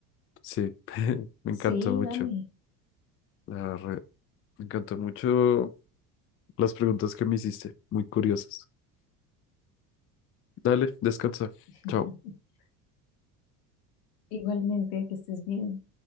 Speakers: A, on the left; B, on the left.
A: Sí, <laughs> me encantó
B: Sí,
A: mucho.
B: dale.
A: la re- Me encantó mucho las preguntas que me hiciste, muy curiosas. Dale, descansa.
B: <laughs>
A: Chao.
B: Igualmente, que estés bien.